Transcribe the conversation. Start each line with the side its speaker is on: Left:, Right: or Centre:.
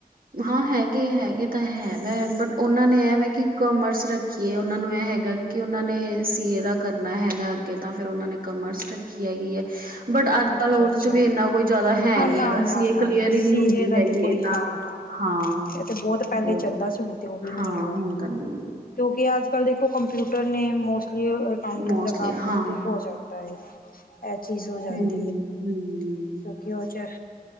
Right: ਹਾਂ, ਹੈਗੇ-ਹੈਗੇ ਤਾਂ ਹੈ ਵੈ। ਬਟ, ਉਹਨਾਂ ਨੇ ਇਹ ਵੈ ਕਿ, ਕਾਮਰਸ ਰੱਖੀ ਏ। ਉਹਨਾਂ ਨੂੰ ਇਹ ਹੈਗਾ ਕਿ, ਉਹਨਾਂ ਨੇ ਸੀ ਏ ਦਾ ਕਰਨਾ ਹੈਗਾ ਅੱਗੇ ਤਾਂ ਫਿਰ ਉਹਨਾਂ ਨੇ ਕਾਮਰਸ ਰੱਖੀ ਹੈਗੀ ਐ। ਬਟ, ਅੱਜ-ਕੱਲ੍ਹ
Left: ਅੱਛਾ
Right: ਉਹਦੇ
Left: ਅੱਛਾ
Right: 'ਚ ਵੀ, ਇੰਨਾ ਕੋਈ ਜ਼ਿਆਦਾ ਹੈ
Left: ਹਾਂ
Right: ਨੀ
Left: ਨਾ
Right: ਹੈਗਾ।
Left: ਨਾ
Right: ਸੀਏ
Left: ਨਾ
Right: ਕਲੀਅਰ
Left: ਨਾ
Right: ਈ
Left: ਸੀਏ
Right: ਨਹੀਂ ਹੁੰਦੀ
Left: ਦਾ
Right: ਹੈਗੀ।
Left: ਤੇ ਕੋਈ
Right: ਇਨਾ
Left: ਹਾਂ
Right: ਹਾਂ,
Left: ਇਹ ਤੇ ਪਹਿਲੇ
Right: ਬਹੁਤ
Left: ਚੱਲਦਾ ਸੀ ਹੁਣ ਤੇ ਉਹ ਵੀ
Right: ਹਾਂ,
Left: ਨੀ ਹੈਗਾ
Right: ਹੁਣ ਤਾਂ ਨਹੀਂ।
Left: ਕਿਉਂਕਿ, ਅੱਜ-ਕੱਲ੍ਹ ਦੇਖੋ, ਕੰਪਿਊਟ ਟਰ ਨੇ, ਮੋਸਟਲੀ ਅਕਾਊਂਟੈਂਟ
Right: ਮੋਸਟਲੀ
Left: ਦਾ ਕੰਮ
Right: ਹਾਂ
Left: ਤੇ ਹੋ ਜਾਂਦਾ ਏ। ਇਹ ਚੀਜ਼ ਹੋ ਜਾਂਦੀ
Right: ਹਮ ਹਮ।
Left: ਘਿਓ 'ਚ